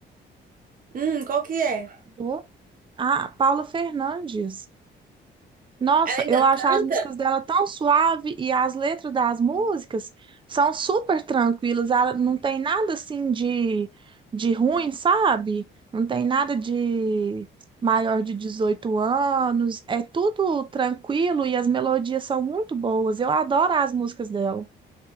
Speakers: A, on the right; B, on the right.
A: Hum, qual que é?
B: Jô? Ah, Paula Fernandes. Nossa,
A: Ela ainda
B: eu acho
A: canta?
B: as músicas dela tão suave e as letras das músicas são super tranquilas. Ela não tem nada assim de, de ruim, sabe? Não tem nada de maior de 18 anos. É tudo tranquilo e as melodias são muito boas. Eu adoro as músicas dela.